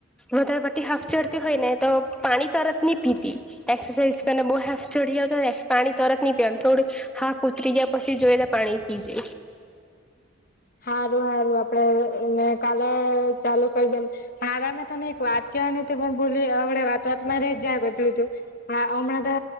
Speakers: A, in the centre; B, on the left.
A: વધારે પડતી હાફ ચડતી હોય ને તો પાણી તરત ની પીતી એક્સરસાઝ બો હાફ ચડી આવેન તો પાણી તરત ન પીવાનું થોડું હાફ ઉતરી જાય પ છી જોએ તો પાણી પીજે.
B: હારું હારું આપડે મેં કાલે ચાલુ કરી દેમ પઢ હારા મે તને એક વાત કેવાની તે ભૂલી વાત વાતમાં રેય જ જાહે બધું તું હા હમણાં તો